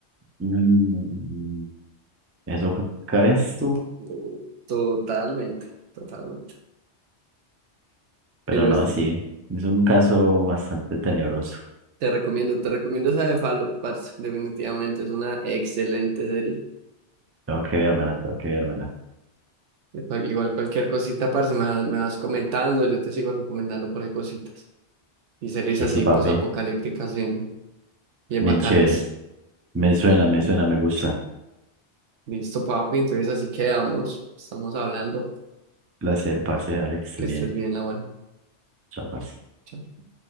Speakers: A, on the right; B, on the right.
A: Mm, ¿Eso c- crees tú?
B: Mm, Totalmente, totalmente.
A: Pero
B: Pero
A: no,
B: es-
A: sí. Es un caso bastante tenebroso.
B: te recomiendo, te recomiendo esa de Fallout, parce. Definitivamente es una excelente serie.
A: Tengo que vérmela, tengo que vérmela.
B: Pues, pues, Igual cualquier cosita, parce, me, vas- me vas comentando, yo te sigo recomendando por ahí cositas. Y series
A: Eso,
B: así
A: papi.
B: posapocalípticas bien, bien
A: Bien
B: bacanas.
A: chéveres. Me suena, me suena, me gusta.
B: Listo, papi, entonces así quedamos. Estamos hablando.
A: Placer, parce. Dale que estés
B: Que
A: bien.
B: estés bien, la buena.
A: Chao, parce.
B: Chao.